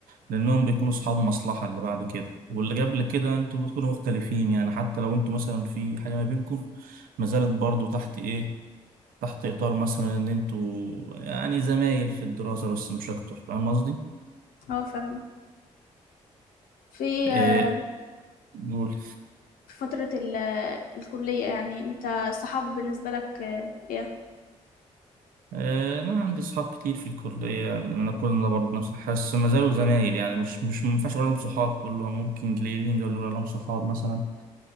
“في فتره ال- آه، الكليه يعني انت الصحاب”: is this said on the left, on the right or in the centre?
Left